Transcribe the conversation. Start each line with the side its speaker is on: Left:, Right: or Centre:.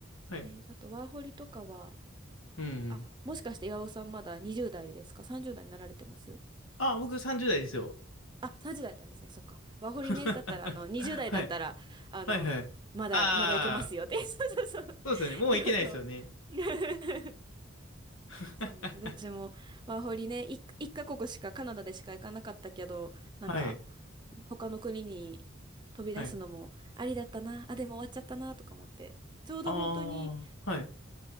Left: はい。
Right: ね、あとワーホリとかは、
Left: うん、うん。
Right: あ、もしかして岩尾さんまだ20代ですか ?30 代になられてます
Left: あ、僕30代ですよ。
Right: あ、30代だったんですね。そっか。
Left: <laughs>
Right: ワーホリね。
Left: はい。
Right: だったら、あの、20代だったら、あの、
Left: はい、はい。
Right: まだ、
Left: ああ、
Right: まだいけますよって。<laughs> そうそうそう。
Left: そうですよね。もういけないですよね。
Right: 言おうと。<laughs>
Left: <laughs>
Right: そうなんです。私もワーホリね、一一カ国しか、カナダでしか行かなかったけど、
Left: はい、
Right: なんか、他の国に飛び出すのもありだったな。
Left: はい。
Right: あ、でも終わっちゃったな、とか思って。ちょうど本当に、
Left: ああ、はい。